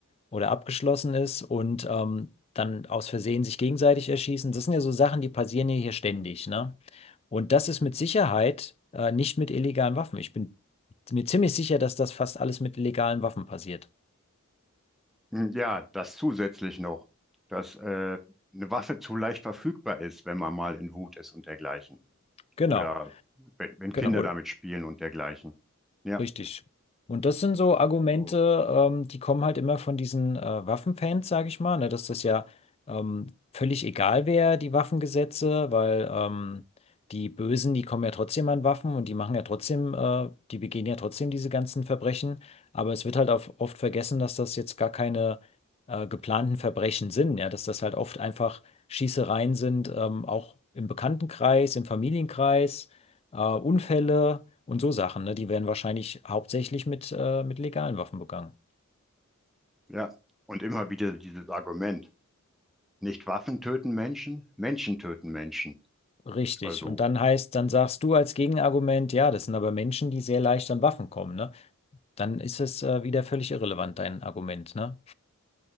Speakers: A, on the left (about 25°); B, in the centre.
A: oder abgeschlossen ist und ähm, dann aus Versehen sich gegenseitig erschießen. Das sind ja so Sachen, die passieren ja hier ständig, ne? Und das ist mit Sicherheit äh, nicht mit illegalen Waffen. Ich bin mir ziemlich sicher, dass das fast alles mit legalen Waffen passiert.
B: Hm, Ja, das zusätzlich noch, dass äh, eine Waffe zu leicht verfügbar ist, wenn man mal in Wut ist und dergleichen.
A: Genau,
B: Oder wenn, wenn
A: genau.
B: Kinder
A: Oder,
B: damit spielen und dergleichen. Ja,
A: Richtig. Und das sind so Argumente,
B: also,
A: ähm, die kommen halt immer von diesen äh, Waffenfans, sage ich mal, ne, dass das ja ähm, völlig egal wäre, die Waffengesetze, weil ähm, die Bösen, die kommen ja trotzdem an Waffen und die machen ja trotzdem, äh, die begehen ja trotzdem diese ganzen Verbrechen. Aber es wird halt auf, oft vergessen, dass das jetzt gar keine äh, geplanten Verbrechen sind, ja, dass das halt oft einfach Schießereien sind, ähm, auch im Bekanntenkreis, im Familienkreis, äh, Unfälle und so Sachen, ne? Die werden wahrscheinlich hauptsächlich mit, äh, mit legalen Waffen begangen.
B: ja. Und immer wieder dieses Argument, nicht Waffen töten Menschen, Menschen töten Menschen.
A: Richtig.
B: Also,
A: Und dann heißt, dann sagst du als Gegenargument, ja, das sind aber Menschen, die sehr leicht an Waffen kommen, ne? Dann ist es, äh, wieder völlig irrelevant, dein Argument, ne?